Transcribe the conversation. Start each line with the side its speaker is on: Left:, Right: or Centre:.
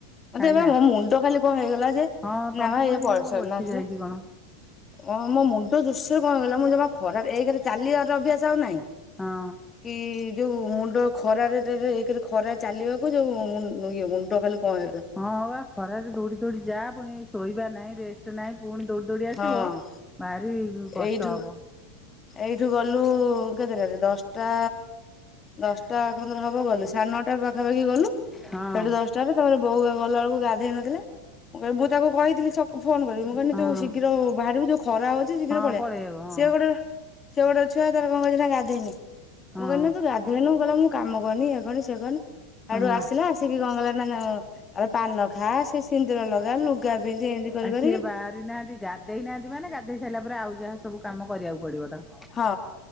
Left: ମତେ ଏବେ
Centre: ଏଇନା
Left: ମୋ ମୁଣ୍ଡ ତ ଖାଲି କଣ ହେଇଗଲା ଯେ ନ
Centre: ହଁ
Left: ବା ଇଏ
Centre: ଏଠି
Left: ପରିଚନ
Centre: ସବୁ ବସି
Left: ନଥିଲେ।
Centre: ଯାଇଛି କଣ
Left: ଓ ମୋ ମୁଣ୍ଡ ଦୁ କଣ ହେଇଗଲା ମୁଁ ଜମା ଖରା ଏକରେ ଚାଲିବାର ଅଭ୍ୟାସ ଆଉ ନାହିଁ
Centre: ହଁ
Left: କି ଯୋଉ ମୁଣ୍ଡ ଖରାରେଏକରେ ଖରା ଚାଲିବାକୁ ଯୋଉ ଇ ମୁଣ୍ଡ ଖାଲି କଣ ହେଇଗଲା
Centre: ହଁ ହ ବା ଖରାରେ ଦୌଡି ଦୌଡି ଯା ପୁଣି ଶୋଇବା ନାହିଁ, ରେଷ୍ଟ ନାହିଁ। ପୁଣି ଦୌଡି ଦୌଡି ଆସିବ,
Left: ହଁ
Centre: ବାହାରି କଷ୍ଟ
Left: ଏଇଠୁ
Centre: ହବ।
Left: ଏଇଠୁ ଗଲୁ କେତେଟାରେ? ଦଶଟା ଦଶଟା ଖଣ୍ଡେ ହବ ଗଲୁ ସାଢେ ନଅଟା ପାଖ ପାଖାପାଖି ଗଲୁ
Centre: ହଁ
Left: ସେଠି ଦଶଟାରେ ତାପରେ ବୋଉ ଗଲାବେଳକୁ ଗାଧୋଇ ନଥିଲା। ମୁଁ କିଲ ମୁଁ ତାକୁ କହିଥିଲି ଫୋନ କରିବି ମୁଁ କହିଲି
Centre: ହଁ
Left: ତୁ ଶୀ ଶୀଘ୍ର ବାହାରିବୁ ଯୋଉ ଖରା ହଉଛି ଶୀଘ୍ର
Centre: ହଁ
Left: ପଳେଇଆ
Centre: ପଳେଇବ ହଁ
Left: ସିଏ ଗୋଟେ ସେ ଗୋଟେ ଛୁଆ ତାର କଣ କରିଛି ନା ଗାଧୋଇନି
Centre: ହଁ
Left: ମୁଁ କହିଲି ନା ତୁ ଗାଧେଇନୁ କ ଗଲା ମୁଁ କାମ କରନି ୟେ କରନି ସେ କରନି। ଆଡୁ
Centre: ହଁ
Left: ଆସିଲା ଆସିକି କଁ କଲାନା ଆ ପାନ ଖା ସେ ସିନ୍ଦୁର ଲଗା ଲୁଗା ପିନ୍ଧି କରି
Centre: ଆଉ
Left: କରିକି
Centre: ସିଏ ବାହାରି ନାହାନ୍ତି ଗାଧେଇ ନାହାନ୍ତି ମାନେ ଗାଧେଇ ସାଇଲା ପରେ ଆଉ ଯାହା ସବୁ କାମ କରିବାକୁ ପଡିବ ତମ
Left: ହଁ,